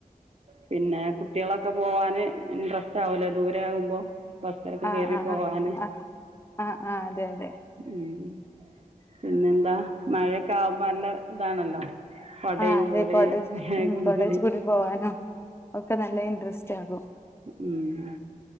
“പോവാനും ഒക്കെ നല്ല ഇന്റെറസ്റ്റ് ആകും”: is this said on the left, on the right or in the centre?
Left